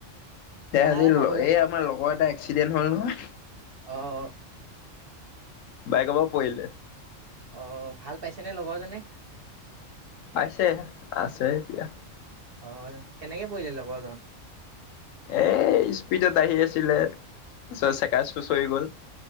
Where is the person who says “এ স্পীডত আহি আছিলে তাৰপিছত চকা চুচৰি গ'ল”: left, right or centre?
Left